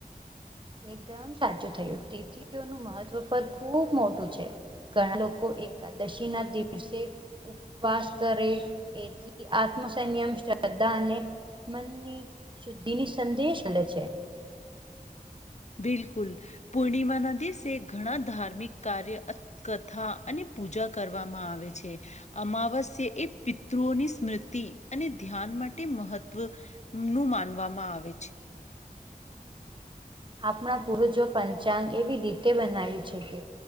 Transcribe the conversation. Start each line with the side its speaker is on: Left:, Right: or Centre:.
Right: એકદમ સાચું થયું <unintelligible> મહત્ત્વ પર ખુબ મોટું છે. ઘણા લોકો એકાદશી ના દિવસે વાસ કરે એથી આત્મસંયમ શ્રદ્ધા અને મનની શુદ્ધિ ની સંદેશ <unintelligible> છે.
Left: બિલકુલ પૂર્ણિમાના દિવસે ઘણા ધાર્મિક કાર્ય અથ કથા અને પૂજા કરવામાં આવે છે. અમાવસ્ય એ પિતૃઓની સ્મૃતિ અને ધ્યાન માટે મહત્વ નું માનવામાં આવે છે.
Right: આપણા પૂર્વજો પંચાંગ એવી રીતે બનાવી છે કે